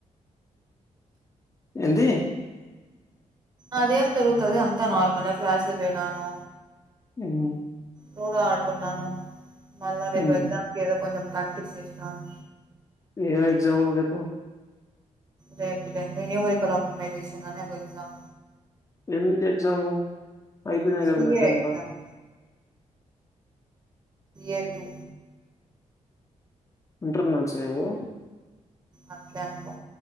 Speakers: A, on the left; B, on the right.
A: ఏంది
B: అదేం జరుగుతాది అంతా నార్మలే క్లాస్క్ పోయ్న్నాను
A: హ్మ్
B: లూడో ఆడుకున్నాను మళ్ళా రేప్
A: ఉమ్.
B: ఎక్సమ్స్ కి ఎదో కొంచెం ప్రాక్టీస్ చేస్నాను
A: ఎం ఎగ్జామ్ రేపు
B: రేపటికి అదే న్యూమరిల్ ఆప్టిమైజేషన్ అని ఒక ఎగ్జామ్
A: ఎందుకు ఎగ్జాము అయిపోయినాయ్
B: సిఏ
A: కదా మజంతా
B: ఎగ్జామ్ ఎ టూ
A: ఇంటర్నల్స్ ఏవో
B: అట్లే అనుకో,